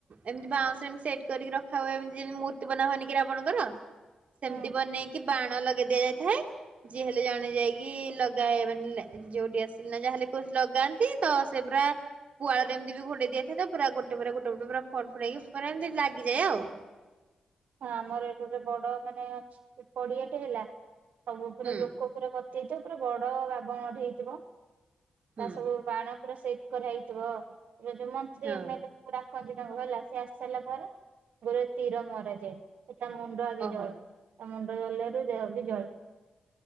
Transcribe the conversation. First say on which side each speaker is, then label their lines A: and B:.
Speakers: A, on the right (about 60°); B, on the right (about 80°).
A: ଏମିତି ବାଉଁଶ ସେଟ କରିକି ରଖା ହଏମତି ଯେମିତି ମୂର୍ତ୍ତି ବନା ହନ ଆପଣଙ୍କର ସେମିତି
B: ହୁଁ
A: ବନେଇକି ବାଣ ଲଗା। ଦିଆଯାଇଥାଏ ଯିଏ ହେଲେ ଜଣେ ଯାଇକି ଲଗ ମ ଯୋଉଠି ଆସିଲି ନା ଯାହାଲେ କି ଲଗାନ୍ତି ତ ସେ ପୁରା ପୁ ଏମତି ବି ଘୋଡେଇ ଦିଆଥାଏ ତ ପୁରା ଗୋଟେ ପା ଗୋଟେ ପଟେ ପୁର ଫଟ ଫଡେଇକି ପରା ଏମିତି ଲାଗିଯାଏ ଆଉ।
B: ହ ଆମର ଏଠି ଗୋଟେ ବଡ ମାନେ ଅଛି ପଡିଆଟେ ହେଲା। ସବୁ ପୁରା
A: ହୁଁ
B: ଲୋକ ପୁରା ସେଇଟା ଉପରେ ବଡ ବାାବଣଟ ହେଇଥିବ।
A: ହୁଁ
B: ତା ସବୁ ବାଣ ସେଇପ କର ହେଇଥିବ। ରୋ ମନ୍ତ୍ରୀ
A: ହଁ
B: ଏମଏଲ କଞ୍ଚ ଟଙ୍ଗ ହେଲା ସି ଆସି ସାରିଲା ପରେ ଗୋର ତୀର ମରା ହୁ। ସେ ତା ମୁଣ୍ଡ ଆଗେ
A: ଓହୋ
B: ଜଳେ ତା ମୁଣ୍ଡ ଜଳୁ ଦେହ ବି ଜଳଛି।